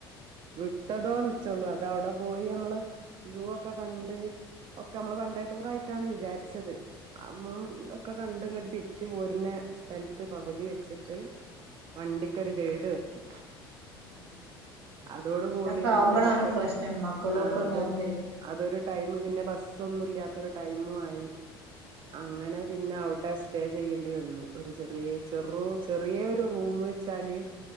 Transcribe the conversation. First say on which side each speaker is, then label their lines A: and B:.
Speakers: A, on the right; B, on the right.
A: വിട്ടതോ വിച്ചൊള്ളൂ അതവിടെ പോയി അമ്മള് സൂ ഒക്കെ കണ്ട് ഒക്കെ
B: ഉം
A: അമ്മള് വൺ ഡേ ടൂറായിട്ടാണ് വിചാരിച്ചത്
B: ഉം
A: അമ്മം
B: ഉം
A: ഒക്കെ കണ്ട് തിരിച്ച് പോരുന്ന സ്ഥലത്ത് പകുതി വെച്ചിട്ട് വണ്ടിക്കൊരു കേട് പറ്റി
B: ആഹ്
A: അതോടു കൂടി
B: അങ്ങനൊക്കെ
A: പിന്നെ
B: ആവുമ്പളാണ്
A: മ്മക്ക്
B: പ്രശ്നം മക്കളും
A: ആഹ്
B: ഒക്കെ
A: അതൊരു
B: ഉണ്ടാവുമ്പേ
A: അതൊരു
B: ഉം
A: ടൈമ് പിന്നെ ബസ്സൊന്നും ഇല്ലാത്തൊരു ടൈമു ആയി അങ്ങനെ പിന്നെ അവ്ടെ സ്റ്റേ ചെയ്യേണ്ടി വന്ന് ഒരു ചെറിയ ചെറു ചെറിയൊരു റൂം വെച്ചാല്